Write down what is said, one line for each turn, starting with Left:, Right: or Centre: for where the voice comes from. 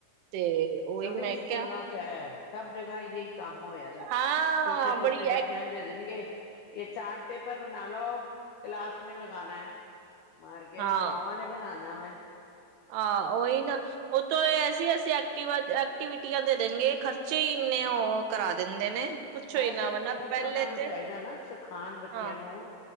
Right: ਤੇ ਓਹੀ
Left: ਸਭੀ
Right: ਮੈਂ
Left: ਸਕੂਲਾਂ
Right: ਕਿਹਾ।
Left: ਚ ਹੈ ਸਭ ਜਗ੍ਹਾ ਯਹੀ ਕੰਮ ਹੋਇਆ ਦਾ
Right: ਹਾਂ
Left: ਛੋਟੇ-ਛੋਟੇ
Right: ਬੜੀ
Left: ਬੱਚਿਆਂ
Right: ਐ
Left: ਨੂੰ ਦੇ ਦੇਣਗੇ। ਯ ਚਾਰਟ ਪੇਪਰ ਬਣਾ ਲੋ ਕਲਾਸ ਮੈਂ ਲਗਾਨਾ ਐ। ਮਾਰਗੇ
Right: ਹਾਂ
Left: ਮਾਵਾਂ ਨੇ ਬਣਾਣਾ। ਣਾਂ ਵੈ।
Right: ਆਹ ਉਹੀ ਨਾ ਉਹਤੋਂ ਐਸ ਅਸੀਂ ਐਕਟਿਵਾ ਦ ਐਕ ਐਕਟੀਵਿਟੀਆਂ ਦੇ ਦੇਣਗੇ ਖਰਚੇ ਹੀ ਇੰਨੇ ਉਹ ਕਰਾ ਦਿੰਦੇ ਨੇ। ਪੁੱਛੋ
Left: ਇਹ
Right: ਹੀ ਨਾ
Left: ਤਾਂ
Right: ਵਰਨਾ
Left: ਸਕੂਲ
Right: ਪਹਿਲੇ
Left: ਚ ਉਹਨਾਂ ਨੂੰ
Right: ਤੇ
Left: ਚਾਹੀਦਾ ਨਾ ਸਿਖਾਉਣ ਬੱਚਿਆਂ
Right: ਹਾਂ
Left: ਨੂੰ